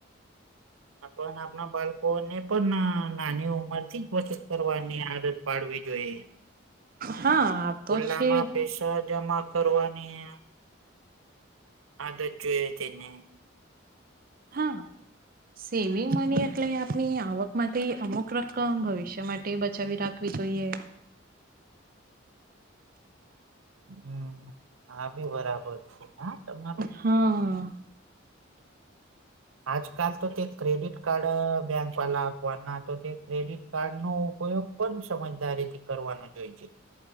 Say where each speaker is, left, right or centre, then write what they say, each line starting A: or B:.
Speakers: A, on the right (about 85°); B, on the right (about 45°).
A: આપણને આપના બાળકોને પણ નાની ઉંમરથી કોશિશ કરવાની આદત પાડવી જોઈએ.
B: હા આ તો
A: ગુલ્લામાં
B: છે
A: પેસા જમા કરવાની આદત જોઈએ તેને.
B: હા સેવિંગ મની એટલે આપની આવક માટે અમુક રકમ ભવિષ્ય માટે તે બચાવી રાખવી જોઈએ
A: હમ આ બી બરાબર છે હા તમારું
B: હા
A: આજકાલ તો તે ક્રેડિટ કાર્ડ બ બેંક વાલા આપવાના તો તે ક્રેડિટ કાર્ડ નો ઉપયોગ પણ સમજદારી થી કરવાનો જોઈ છે